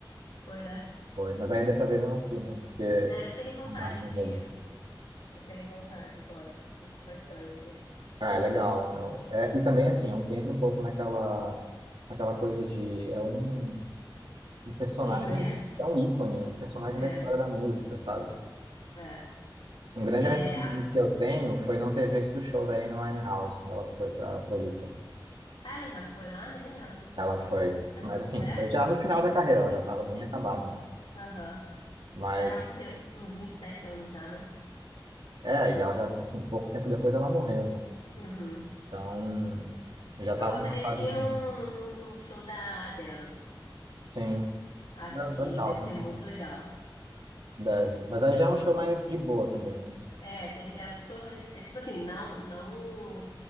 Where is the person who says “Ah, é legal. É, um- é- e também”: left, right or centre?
Right